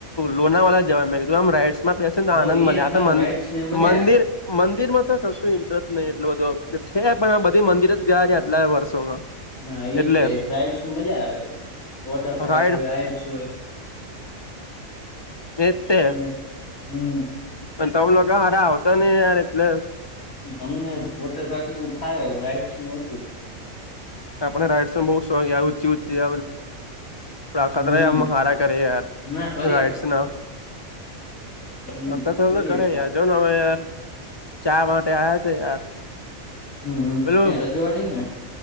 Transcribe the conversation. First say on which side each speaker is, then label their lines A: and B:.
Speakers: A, on the left; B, on the left.
A: લોના વાા જવાય એકદમ રાઈટ તો
B: હો
A: આનંદ
B: અયા
A: મળ આ
B: સારું
A: તો મંદિર
B: રાઈડ્સ ની મજા
A: મંદિ
B: આવે
A: મંદિરમાં તો કશું ઇન્ટરેસ્ટ નહી એટલું બધો છે પણ આ બધી મંદિર જ ગયા એટલા વર્ષોમાં
B: ના એ
A: એટલે
B: છે રાઈડસ મજા આવે વોટર પાર્ક
A: રાઈડ
B: હોય રાઈડ્સ હોય.
A: એ જ તે
B: એ હમ
A: પણ તમે લોક હારા આવતા નય યાર એટલે
B: અમને વોટરપાક નુ થા હે રાઈડસ નું શું
A: આપણે રાઈડસમાં બહુ શોખ ઊંચી ઊંચી અખતરા
B: હમ
A: ય હારા કરે યાર
B: ના કરી
A: રાઇડસ
B: એક વખત
A: ના
B: તો હમ
A: અ કત
B: કરી
A: તો કરે
B: એક વાર
A: યાર જો ને હવે યાર ચા માટે આવ્યા છે યાર
B: હમ
A: પેલું
B: ત્યાં રજવાવાડી ને